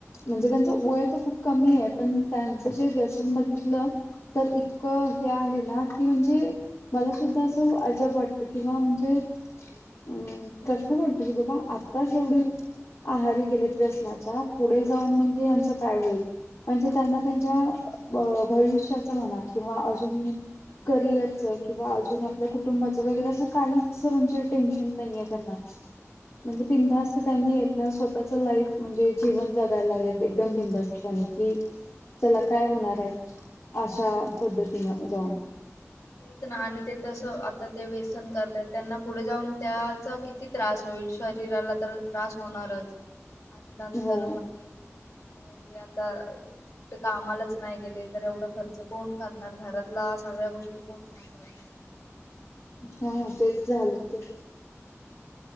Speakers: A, on the left; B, on the left.
A: म्हणजे त्यांचं वय तर खूप कमी आहे पण त्यांचं जे दर्शन बघितलं तर इतकं हे आहे ना की म्हणजे मला सुद्धा असं अजब वाटत किंवा म्हणजे अं प्रश्न पडतो की बाबा आता जेवढील आहारी गेलेत
B: हो हो.
A: व्यसनाच्या पुढे जाऊन म्हणजेच काय होईल म्हणजे त्यांना त्यांच्या
B: तेच
A: भविष्य म्हणा किंवा अजून करिअर किंवा अजून आपल्या कुटुंबाचं वगैरे अस काहीच म्हणजे टेन्शन नाही त्यांना म्हणजेंा
B: तेच
A: त्यां स्वतःच लाईफ म्हणजे जीवन जगायला लागले एकदम बिंस्टणे कि चला काय होणार आहे अशा
B: तेच
A: पद्धतीन जाऊन
B: तेच ना आणि ते तस आता ते व्यसन करतय त्यांना पुढे जाऊन त्याचा किती त्रास होईल शरीराला तर त्रास होणारच आणि नंतर
A: हो.
B: मध्ये आणि एवढे आता कुठे कामालाच नाही गेले तर एवढा खर्च कोण करणार घरातला सगळ्या गोष्टी कोण सांबळणार
A: हा तेच झाले तर
B: ते च